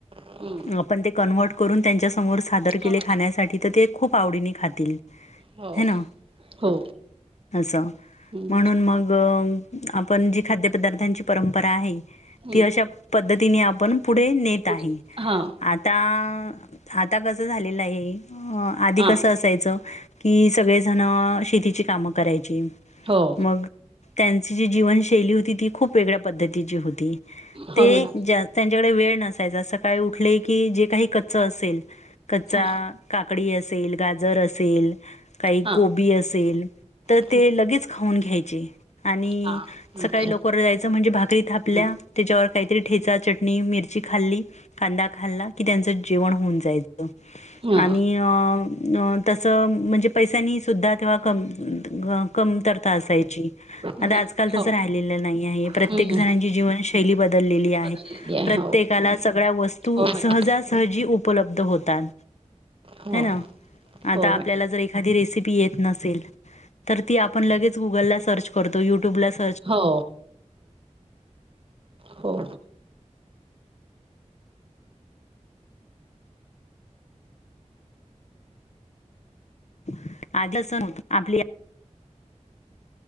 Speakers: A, on the right; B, on the left.
A: हम्म
B: आपण ते कन्वर्ट करून, त्यांच्या समोर सादर
A: हो
B: केले
A: मॅडम
B: खाण्यासाठी, तर ते खूप आवडीने खातील.
A: हो,
B: है ना
A: हो.
B: असं
A: हम्म
B: म्हणून मग, आपण जी खाद्यपदार्थांची परंपरा आहे,
A: हम्म
B: ती अश्या पद्धतीने आपण पुढे नेत
A: पुढे
B: आहे,
A: हा
B: आता आता कसं झालेलं आहे, आधी
A: हा
B: कसं असायचं कि, सगळेजण शेतीची कामं करायची.
A: हो.
B: मग, त्यांची जी जीवनशैली होती, ती खूप वेगळ्या पद्धतीची होती.
A: हो
B: ते
A: मॅडम
B: त्यांच्याकडे वेळ नसायचा, सकाळी उठले की जे काही कच्च असेल कच्चा
A: हा
B: काकडी असेल, गाजर असेल, काही
A: हा
B: गोबी असेल तर
A: हं,
B: ते लगेच खाऊन घ्यायचे. आणि
A: हा
B: सकाळी
A: अच्छा
B: लवकर जायचं, म्हणजे भाकरी थापल्या,
A: हं,
B: त्याच्यावर काहीतरी ठेचा, चटणी, मिरची खाल्ली, कांदा खाल्ला, की त्यांचं जेवण होऊन जायच.
A: हा
B: आणि अ तस म्हणजे, पैशांनी सुद्धा तेव्हा कमतरता असायची
A: हो
B: आता
A: ना.
B: आजकाल तसं
A: हो
B: राहिलेलं नाही आहे, प्रत्येक
A: हं,
B: जणांची जीवनशैली बदललेली आहे.
A: बदललेली आहे
B: प्रत्येकाला
A: हो
B: सगळ्या वस्तू
A: हो मॅडम
B: सहज सहजी, उपलब्ध होतात,
A: हो
B: हे ना, आता
A: हो
B: आपल्याला
A: मॅडम
B: जर एखादी रेसिपी येत नसेल, तर ती आपण लगेच गुगलला सर्च करतो, यूट्यूबला सर्च करतो.
A: हो, हो.
B: <unintelligible> आ आपली